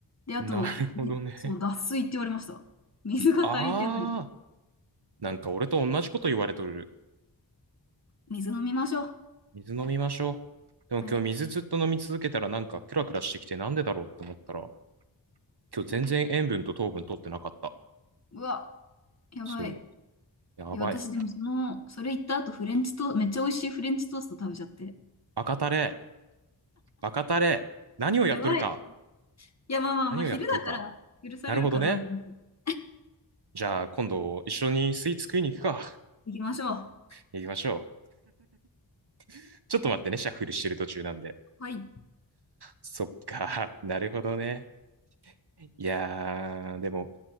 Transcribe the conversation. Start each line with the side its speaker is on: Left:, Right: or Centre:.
Left: で、あと、
Right: え、なるほどね。
Left: ねそう、脱水って言われました。水が足りてない。
Right: ああ、なんか俺と同じこと言われとる。
Left: 水飲みましょう。
Right: 水飲みましょう。でも今日水ずっと飲み続けたらなんかクラクラしてきてなんでだろうって思ったら、
Left: はい。
Right: 今日全然塩分と糖分取ってなかった。
Left: うわ。やばい。
Right: そう。やばい。
Left: いや、私でもその、それ言った後、フレンチトー、めっちゃ美味しいフレンチトースト食べちゃって。
Right: バカタレ。バカタレ。何をやっとるか。
Left: やばい。いや、まあまあまあ、
Right: 何をやってるか。
Left: 昼だから許されるかなと思って。
Right: なるほどね。じゃあ今度一緒にスイーツ食いに行くか。
Left: 行きましょう。
Right: <laughs> 行きましょう。ちょっと待ってね、シャッフルしてる途中なんで。
Left: はい。
Right: そっか。なるほどね。いやー、でも、